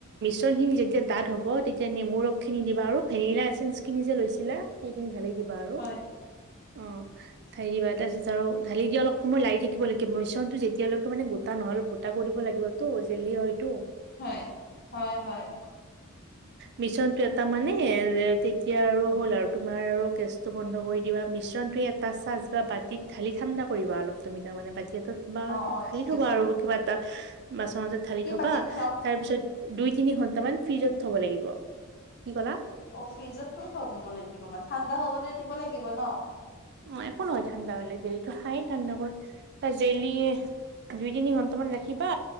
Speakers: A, on the right; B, on the left.
A: চনখিনি যেতিয়া দাঠ হ'ব তেতিয়া নেমু ৰসখিনি দিবা আৰু ভেৰিনা এচেঞ্চখিনি যে লৈছিলা সেইখিনি ঢালি দিবা আৰু
B: হয়
A: অ থাই দিবা তাৰপিছত জাৰু ঢালি দি অলপ সময় লাৰি থাকিবাগে মিশ্ৰণটো যেতিয়ালৈকে মানে বূটা নহ'ল বুটা কৰিব লাগিব টো জেলি হয়তো।
B: হয় হয় হয়।
A: মিছনটো এটা মানে তেতিয়া আৰু হ'ল আৰু তোমাৰ আৰু গেছটো বন্ধ কৰি দিবা মিছ মিশ্ৰণটো এটা চ বাতিত ঢালি ঠাণ্ডা কৰিবা অলপ তাৰমানে বা তে বা
B: অ অ
A: ঢালি
B: ঠিক
A: থবা
B: আছে
A: আৰু কিবা এটা বাচন মাজত ঢালি
B: কি
A: থবা
B: বাতিত থম
A: তাৰ পিছত দুই তিনি ঘন্টামান ফ্ৰিজত থ'ব লাগিব। কি ক'লা
B: অ ফ্ৰিজতটো থ লাগিব মানে ঠাণ্ডা হ'বতে দিব লাগিব ন।
A: উ একো নহয় ঠাণ্ডা হলে জেলো খায়ে ঠাণ্ডা কৰ ত জেলি দুই তিনি ঘণ্টা মান ৰাখিবা